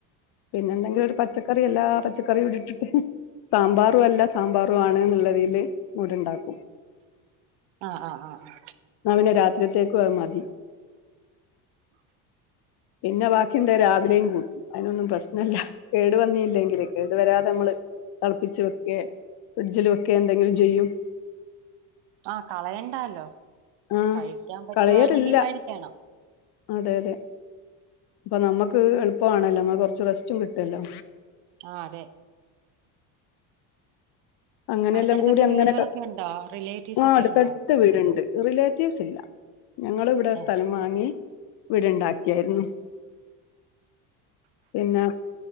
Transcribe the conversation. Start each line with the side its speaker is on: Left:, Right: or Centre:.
Left: പിന്നെന്തെങ്കിലും ഒരു പച്ചക്ക പച്ചക്കറി എല്ലാ പച്ചക്കറിയുട്ടിട്ട് സാമ്പാറും അല്ല സാമ്പാറും ആണ് എന്നുള്ളതീല് മോര് ണ്ടാക്കും
Right: ആഹ് ആഹ് ആഹ്
Left: ന്നാ പിന്നെ രാത്രിത്തേക്കും അഹ് മതി
Right: <inaudible>
Left: പിന്നെ ബാക്കിണ്ട രാവിലെയും കൂട്ടു അയ്നൊന്നും പ്രശ്നല്ല. കേടു വന്നില്ലെങ്കില് കേടു വരാതെ മ്മള് തള്പ്പിച്ച് വെക്കെ ഫ്രിഡ്ജില് വെക്കെ എന്തെങ്കിലും ചെയ്യും.
Right: ആഹ് കളയണ്ടാല്ലോ
Left: ആഹ്
Right: കഴിക്കാൻ പറ്റുവാണെങ്കിൽ
Left: കളയലില്ല
Right: കഴിക്കണം
Left: അതെ തെ തെ അപ്പൊ നമ്മക്ക് എളുപ്പാമാണല്ലോ ന്നാ കൊർച്ച് റസ്റ്റും കിട്ടുല്ലോ
Right: ആഹ് അതെ
Left: അങ്ങനെയെല്ലാം
Right: അടുത്തടുത്തൊക്കെ
Left: കൂടി അങ്ങനെ
Right: വീടുകളൊക്കെ
Left: പ
Right: ഉണ്ടോ റിലേറ്റീവ്സ്
Left: ആഹ്
Right: ഒക്കെ
Left: അട്ത്തട്ത്ത്
Right: ഉണ്ടോ
Left: വീട്ണ്ട് റിലേറ്റീവ്സ് ഇല്ല ഞങ്ങള് ഇവടെ
Right: ആഹ്
Left: സ്ഥലം വാങ്ങി വീട് ണ്ടാക്കിയേർന്നു. പിന്നെ